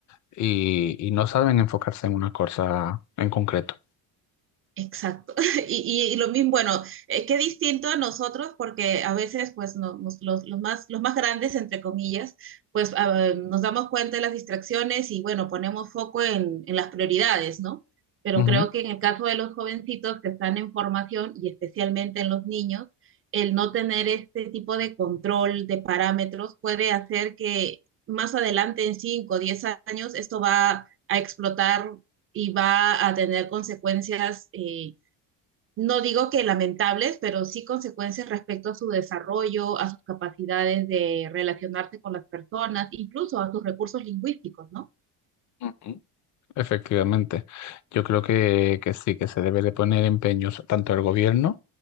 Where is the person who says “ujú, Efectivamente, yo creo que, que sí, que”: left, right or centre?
Left